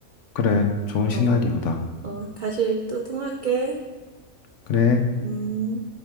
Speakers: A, on the left; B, on the right.
A: 그래. 좋은 시나리오다.
B: 어, 어, 다시 또 통화할게.
A: 그래.
B: 음.